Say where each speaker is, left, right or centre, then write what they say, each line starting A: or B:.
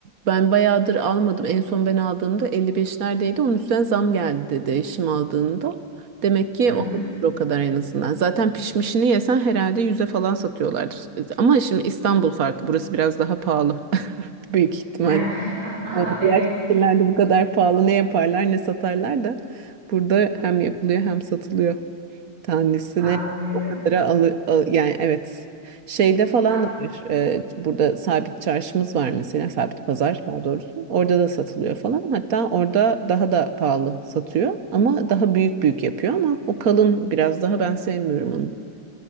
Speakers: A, on the right; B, on the right.
A: ben bayağıdır almadım. En son ben aldığımda 55'lerdeydi. Onun üstüne zam geldi dedi eşim aldığında. Demek ki
B: <laughs> Hı hı.
A: olmuştur o kadar en azından. Zaten pişmişini yesen herhalde 100'e falan satıyorlardır. Ama şimdi İstanbul farkı. Burası biraz daha pahalı. <laughs> Büyük ihtimal.
B: <laughs> Aa,
A: Yani
B: Evet
A: diğer şehirlerde bu kadar pahalı ne yaparlar ne satarlar da burada hem yapılıyor hem satılıyor tanesine
B: anlıyorum.
A: o kadara alı, al- yani evet şeyde falan
B: Hat
A: da var Ee, burada sabit çarşımız var mesela sabit pazar daha doğrusu orada da satılıyor falan hatta orada daha da pahalı satıyor ama daha büyük büyük yapıyor ama o kalın biraz daha ben sevmiyorum onu